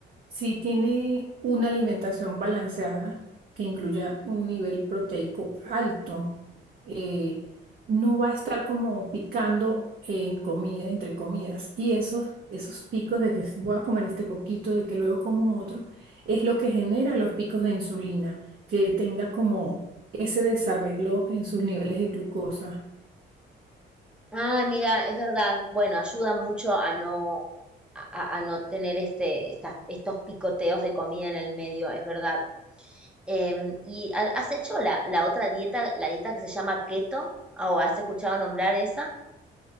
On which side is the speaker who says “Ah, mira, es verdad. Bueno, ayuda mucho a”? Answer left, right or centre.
Centre